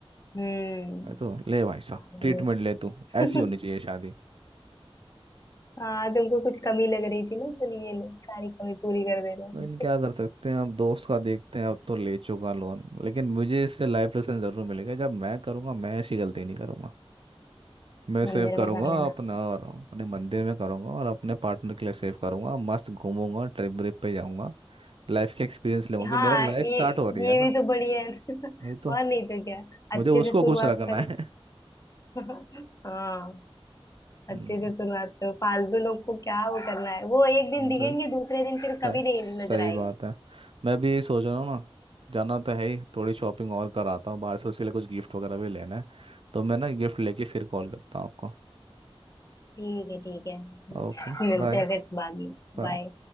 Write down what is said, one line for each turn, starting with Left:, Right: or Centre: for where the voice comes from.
Left: हम्म
Right: भाई तो ले भाई साहब
Left: पागल
Right: ट्रीटमेंट
Left: लोग
Right: ले तू
Left: <laughs>
Right: ऐसी होनी चाहिए शादी
Left: हाँ तुमको कुछ कमी लग रही थी ना तो ये लो सारी कमी पूरी कर दे रहे
Right: लेकिन
Left: हैं
Right: क्या कर सकते हैं अब दोस्त का देखते हैं अब तो ले चुका लोन लेकिन मुझे इससे लाइफ लेसन जरूर मिलेगा जब मैं करूँगा मैं ऐसी गलती नहीं करूँगा मैं सेव
Left: मंदिर
Right: करूँगा
Left: में कर लेना
Right: अपना और अपने मंदिर में करूँगा और अपने पार्टनर के लिए सेव करूँगा मस्त घूमूंगा ट्रिप व्रिप पे जाऊँगा लाइफ के एक्सपीरियंस लूंगा
Left: <laughs> हाँ
Right: कि मेरा लाइफ
Left: ये
Right: स्टार्ट हो रही
Left: ये
Right: है ना
Left: भी तो बढ़िया है ना। <laughs>
Right: वही तो
Left: और नहीं तो क्या
Right: मुझे
Left: अच्छे
Right: उसको
Left: से शुरुआत
Right: खुश रखना
Left: करो
Right: है
Left: <laughs> हाँ
Right: <laughs>
Left: अच्छे
Right: हम्म,
Left: से शुरुआत करो फालतू लोग को क्या वो करना है वो एक दिन दिखेंगे
Right: तो
Left: दूसरे दिन फिर
Right: सही
Left: कभी नहीं
Right: सही
Left: नजर आएंगे
Right: बात है मैं भी यही सोच रहा हूँ ना जाना तो है ही थोड़ी शॉपिंग और कराता हूँ बाहर से उसके लिए कुछ गिफ्ट वगैरह भी लेना है तो मैं ना गिफ्ट लेके फिर कॉल करता हूँ आपको
Left: ठीक है ठीक है
Right: ओके
Left: मिलते
Right: बाय
Left: हैं फिर बाद में
Right: बाय
Left: बाय